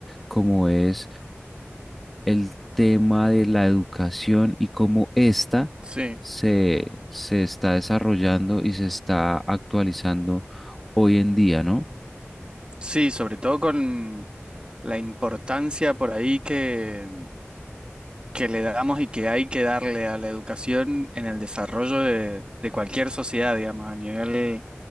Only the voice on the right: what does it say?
Sí,
sí, sobre todo con la importancia por ahí que, que le damos y que hay que darle a la educación en el desarrollo de, de cualquier sociedad, digamos, a nivel